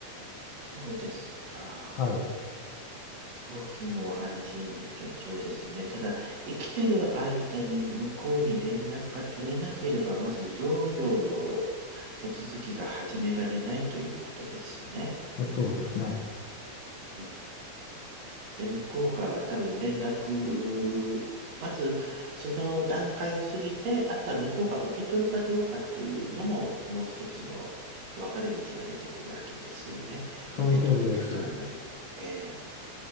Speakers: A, on the right (about 60°); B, on the left (about 80°).
A: そうですか。
B: はい、
A: そういうのお話と、そうですね。ただ、生きてる間に向こうに連絡が取れなければ、まず贈与の手続きが始められないということですね。
B: えそうですね。
A: うんで、向こうが多分連絡、まずその段階を過ぎて、あとは向こうが受け取るかどうかというのも、もう一つの分かれ道が出てくるわけですよね。
B: その通りです。
A: 受け取る、受け取らない。ええ